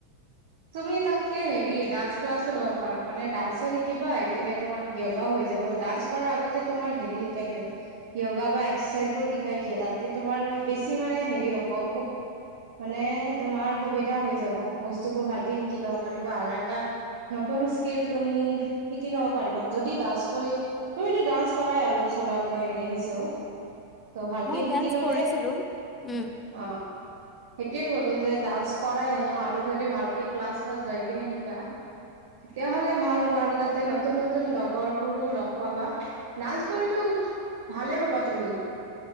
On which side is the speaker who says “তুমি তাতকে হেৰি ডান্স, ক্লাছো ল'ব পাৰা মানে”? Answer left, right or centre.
Right